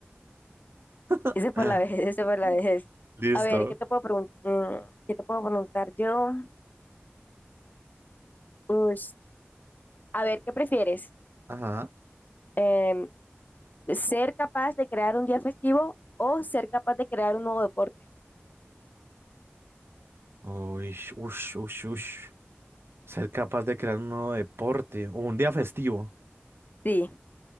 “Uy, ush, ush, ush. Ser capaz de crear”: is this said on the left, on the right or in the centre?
Right